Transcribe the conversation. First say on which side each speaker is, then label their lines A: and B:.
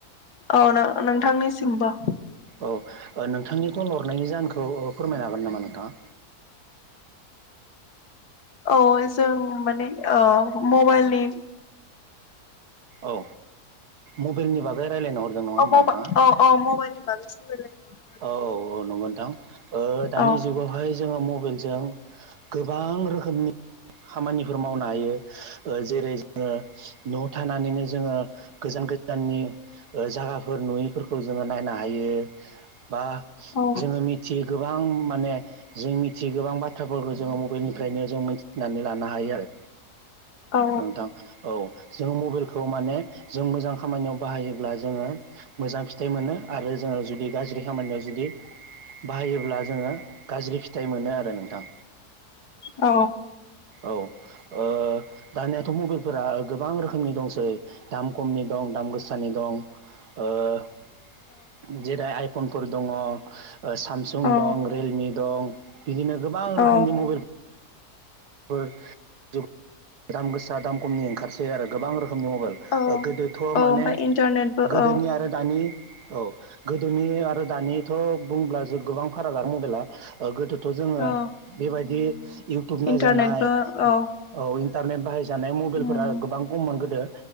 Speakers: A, on the left (about 80°); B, on the right (about 75°).
A: औ नो-नोंथांनिसिमबो।
B: औ नोंथांनि कल हरनायनि जाहोनखौ ओ फोरमायनो हागोन नामा नोंथांङा?
A: औ जों माने ओ मबाइलनि
B: औ मबाइलनि बागै रायलायनो हरदों नङा
A: अ
B: होमबा
A: मबा
B: नोंथाङा
A: अ अ मबाइलनि बागै जों सावरायलायनो हरदो।
B: औ औ औ नंगौ नोंथां ओ दानि
A: आरो
B: जुगावहाय जोङो मबाइल जों गोबां रोखोमनि खामानिफोर मावनो हायो ओ जेरै जो ङो न'आव थानानैनो जोङो गोजान गोजाननि ओ जागाफोर नुयिफोरखौ जोङो नायनो हायो बा
A: औ
B: जोङो मिथियै गोबां माने जों मिथियै गोबां बाथ्राफोरखौ जोङो मबेलनिफ्रायनो जों मिथिनानै लानो हायो आरो
A: औ
B: नोंथां औ जोङो मबेलखौ माने जों मोजां खामानियाव बाहायोब्ला जोङो मोजां फिथाइ मोनो आरो जोङो जुदि गाज्रि खामानियाव जुदि बाहायो ब्ला जोङो गाज्रि फिथाइ मोनो आरो नोंथां
A: औ
B: औ ओ दानियाथ' मबेलफोरा गोबां रोखोमनि दंसै दाम खमनि दं दाम गोसा नि दं ओ जेरै आइफनफोर दङ ओ सामसुं
A: औ
B: दं रियेलमि दं बिदिनो गोबां
A: औ
B: रोखोमनि मबेल फोर <unintelligible> दाम गोसा दाम खमनि ओंखारसै आरो गोबां रो खोमनि मबेल
A: औ
B: गोदोथ'
A: ओमफ्राय
B: माने
A: इन्टारनेटबो
B: गोदोनि
A: औ
B: आरो दानि औ गोदोनि आरो दानिथ' बुंब्ला जे गोबां फारागानो मबेला गोदो थ' जोङो
A: औ
B: बेबायदि इउटुब नायजानाय
A: इन्टारनेटबो औ
B: औ इन्टारनेट बाहाय जानाय मबेलफोरा
A: उम
B: गोबां खममोन गोदो